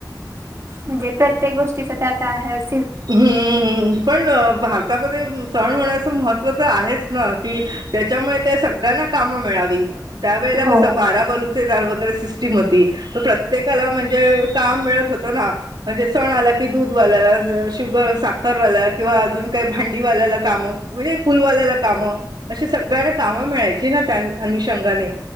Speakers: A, on the right; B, on the right.
A: म्हणजे प्रत्येक गोष्टीचं ते आता आहेच-
B: हम्मम्मम् पण भारतामध्ये सण होण्याचं महत्त्व तर आहेच ना कि- त्याच्यामुळे काय सगळ्यांना कामं मिळावी, त्यावेेळेला
A: हो
B: कसं बारा बलू- तेदार वगैरे सिस्टीम होती, म प्रत्येकाला म्हणजे काम मिळत होतं ना. म्हणजे सण आला की दूधवाल्याला जर- शुगर साखरवाला किंवा अजून काही भांडीवाल्याला कामं म्हणजे फुलवाल्याला कामं. अशी सगळ्यांना कामं मिळायची ना त्या अनुषंगाने